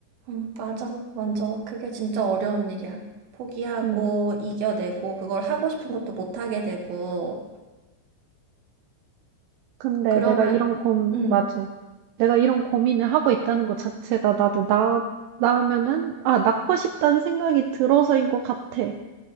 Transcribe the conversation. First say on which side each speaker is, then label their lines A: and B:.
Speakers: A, on the right (about 65°); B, on the right (about 80°).
A: 응, 맞아. 완전. 그게 진짜 어려운 일이야. 포기하고,
B: 음.
A: 이겨내고, 그걸 하고 싶은 것도 못하게 되고.
B: 근데
A: 그러면,
B: 내가 이런 고
A: 응,
B: 맞아. 내가 이런 고민을 하고 있다는 것 자체가 나도 나, 나으면은, 아, 낳고 싶다는 생각이 들어서인 것 같아.